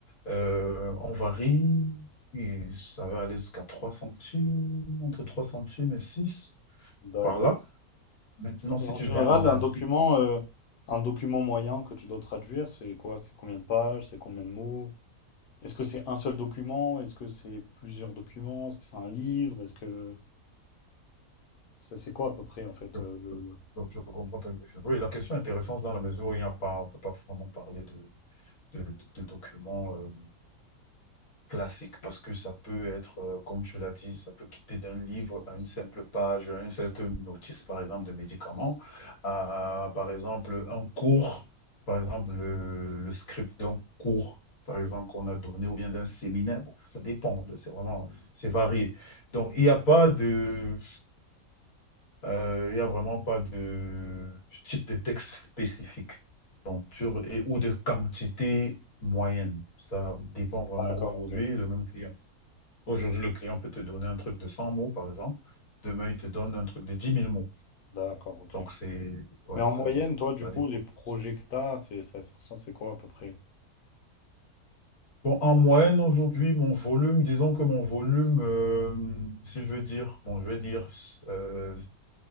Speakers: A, on the left; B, on the left.
A: euh, on varie, et ça va aller jusqu'à 3 centimes, entre 3 centimes et 6
B: D'accord.
A: par là. Maintenant, si
B: Et en
A: tu
B: général,
A: vas en Asie,
B: un document, euh, un document moyen que tu dois traduire, c'est quoi? C'est combien de pages? C'est combien de mots? Est-ce que c'est un seul document? Est-ce que c'est plusieurs documents? Est-ce que c'est un livre? Est-ce que ça c'est quoi à peu près en fait
A: je,
B: euh, le...
A: je-
B: le-
A: je comprends ta question. Oui, la question est intéressante dans la mesure où il n'y a pas, on ne peut pas vraiment parler de, de, de documents. euh, classique parce que ça peut être, euh, comme tu l'as dit, ça peut quitter d'un livre à une simple page, à une certaine notice, par exemple, de médicaments, à, par exemple, un cours, par exemple, le, le script d'un cours, par exemple, qu'on a donné, ou bien d'un séminaire. Bon, ça dépend, c'est vraiment, c'est varié. Donc, il n'y a pas de, euh, il y a vraiment pas de type de texte spécifique sur- et, ou de quantité moyenne. Ça dépend vraiment
B: D'accord,
A: aujourd'hui.
B: ok.
A: Le même client Aujourd'hui, le client peut te donner un truc de 100 mots, par exemple. Demain, il te donne un truc de dix mille mots.
B: D'accord, ok.
A: Donc, c'est, ouais,
B: Mais en
A: ça
B: moyenne,
A: dépend.
B: toi, du
A: Ça
B: coup,
A: dépend
B: les
A: du
B: projets
A: besoin.
B: que t'as, c'est ça, ça ressemble- c'est quoi à peu près?
A: Bon, en moyenne, aujourd'hui, mon volume, disons que mon volume, euh, si je veux dire, bon, je vais dire euh,